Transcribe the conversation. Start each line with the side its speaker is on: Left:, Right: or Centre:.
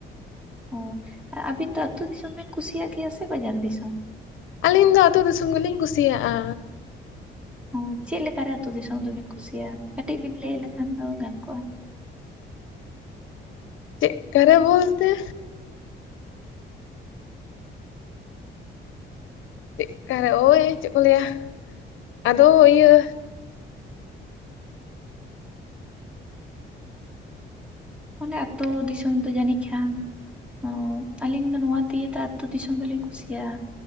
Centre: ᱚ ᱟᱵᱤᱱ ᱫᱚ ᱟᱹᱛᱩ ᱫᱤᱥᱚᱢ ᱵᱤᱱ ᱠᱩᱥᱤᱭᱟᱜ ᱜᱮᱭᱟ ᱥᱮ ᱵᱟᱡᱟᱨ ᱫᱤᱥᱚᱢ
Left: ᱟᱹᱞᱤᱧ ᱫᱚ ᱟᱛᱩ ᱫᱤᱥᱚᱢ ᱜᱮᱞᱤᱧ ᱠᱩᱥᱤᱭᱟᱜᱼᱟ
Centre: ᱚ ᱪᱮᱫ ᱞᱮᱠᱟᱨᱮ ᱟᱛᱳ ᱫᱤᱥᱚᱢ ᱫᱚᱵᱤᱱ ᱠᱩᱥᱤᱭᱟᱜᱼᱟ ᱠᱟᱹᱴᱤᱡ ᱵᱤᱱ ᱞᱟᱹᱭ ᱞᱮᱠᱷᱟᱱ ᱫᱚ ᱜᱟᱱ ᱠᱚᱜᱼᱟ
Left: ᱪᱮᱜ ᱠᱟᱨᱮ ᱵᱳᱞᱛᱮ ᱪᱮᱜ ᱠᱟ ᱨᱮ ᱳᱭ ᱪᱮᱫ ᱠᱚ ᱞᱟᱹᱭᱟ ᱟᱫᱚ ᱤᱭᱟᱹ
Centre: ᱚᱱᱮ ᱟᱹᱛᱩ ᱫᱤᱥᱚᱢ ᱫᱚ ᱡᱟᱹᱱᱤᱡ ᱠᱷᱟᱱ ᱚ ᱟᱞᱤᱧ ᱫᱚ ᱱᱚᱣᱟ ᱫᱤᱭᱟᱹ ᱛᱮ ᱟᱛᱳ ᱫᱤᱥᱚᱢ ᱫᱚᱞᱤᱧ ᱠᱩᱥᱤᱭᱟᱜᱼᱟ